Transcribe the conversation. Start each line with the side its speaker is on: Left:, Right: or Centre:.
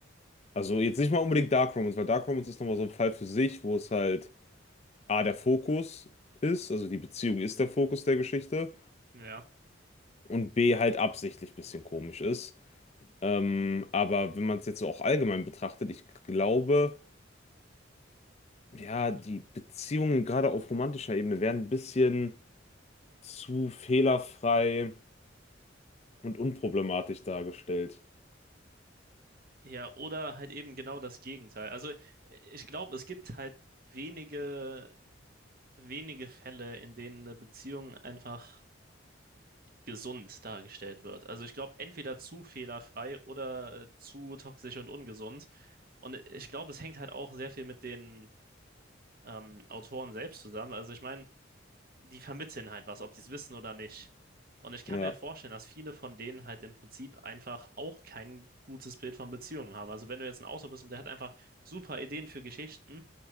Left: Also jetzt nicht mal unbedingt Dark Romance, weil Dark Romance ist nochmal so ein Fall für sich, wo es halt A, der Fokus ist, also die Beziehung ist der Fokus der Geschichte
Right: ja.
Left: und B, halt absichtlich ein bisschen komisch ist. Ähm, aber wenn man es jetzt so auch allgemein betrachtet, ich glaube, ja, die Beziehungen gerade auf romantischer Ebene werden ein bisschen zu fehlerfrei und unproblematisch dargestellt.
Right: Ja, oder halt eben genau das Gegenteil. Also ich glaube, es gibt halt wenige, wenige Fälle, in denen eine Beziehung einfach gesund dargestellt wird. Also ich glaube, entweder zu fehlerfrei oder äh, zu toxisch und ungesund. Und ich glaube, es hängt halt auch sehr viel mit den ähm, Autoren selbst zusammen. Also ich meine, die vermitteln halt was, ob die es wissen oder nicht. Und ich kann
Left: Ja,
Right: mir vorstellen, dass viele von denen halt im Prinzip einfach auch kein gutes Bild von Beziehungen haben. Also wenn du jetzt ein Autor bist und der hat einfach super Ideen für Geschichten,